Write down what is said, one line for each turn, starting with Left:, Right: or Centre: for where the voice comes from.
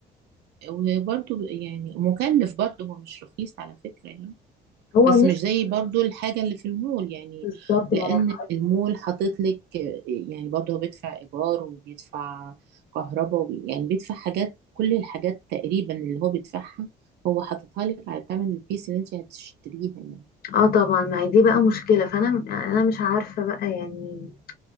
Right: وبرضو يعني مكلف برضو هو مش رخيص على فكرة يعني
Left: هو
Right: بس
Left: مش
Right: مش زي برضو الحاجة اللي في المول يعني
Left: بالظبط
Right: لأن
Left: ما انا
Right: المول حاطط لك يعني برضو هو بيدفع إيجار وبيدفع كهرباء وبي يعني بيدفع حاجات كل الحاجات تقريبا اللي هو بيدفعها هو حاططها لك على ثمن البيس اللي انت هتشتريها يعني
Left: اه طبعا ما هي دي بقى مشكلة فانا انا مش عارفة بقى يعني